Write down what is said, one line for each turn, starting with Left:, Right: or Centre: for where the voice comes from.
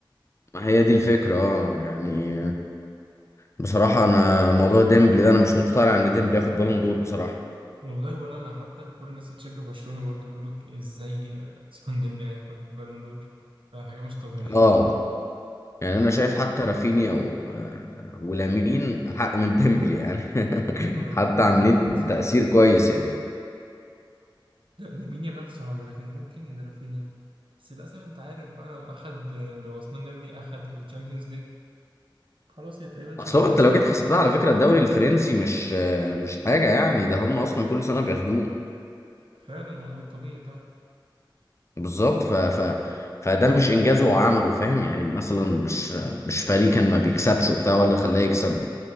Left: ما هي دي الفكرة اه يعني بصراحة أنا موضوع ديمبلي ده أنا مش مقتنع إن ديمبلي ياخد بالون دور بصراحة
Right: والله ولا انا حتى كل الناس اللي بتشجع برشلونه برضه بيقولوا ازاي عثمان ديمبلي هياخد بالون دور حاجه مش طبيعيه
Left: آه
Right: بصراحه
Left: يعني أنا شايف حتى رافينيا و... آه، ولامين أحق من ديمبلي يعني <laughs>
Right: هو را-
Left: حتى عاملين
Right: لامين صعب
Left: تأثير كويس يعني
Right: لا، لامين يامال صعب لكن ممكن رافينيا بس للأسف أنت عارف بقى لو أخد لو عثمان ديمبلي أخد الشامبيونز ليج خلاص هي تقريبا
Left: أصل
Right: شبه
Left: هو
Right: محسومة
Left: أنت لو جيت حسبتها على فكرة الدوري الفرنسي مش آه، مش حاجة يعني ده هم أصلا كل سنة بياخدوه
Right: فعلا هو ده الطبيعي بتاعه
Left: بالظبط ف... ف... فده مش إنجاز هو عمله فاهم يعني مثلا مش مش فريق كان ما بيكسبش وبتاع ولا خلاه يكسب